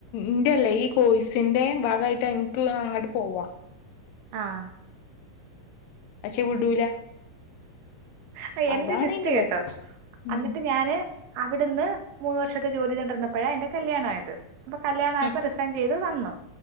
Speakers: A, on the left; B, on the right.
A: ന്റെല്ലേ ഈ കോഴസിന്റെ ഭാഗമായിട്ട് എനിക്ക്ള്ള അങ്ങോട്ട് പോവാം
B: ആഹ
A: പക്ഷെ വിടൂല.
B: ആ എന്റെ
A: അതാണ്
B: ടിസ്റ്റ് കേട്ടോ
A: കുഴപ്പം ഉം
B: എന്നിട്ട് ഞാന്. അവിടെന്ന് മൂന്ന് വർഷത്തെ ജോലി ചെയ്തോണ്ടിരുപ്പോഴാണ് എന്റെ കല്യാണയത് അപ്പൊ കല്യാണയപ്പോ
A: ഉം
B: റിസൈൻ ചെയ്ത്. അത് വന്നു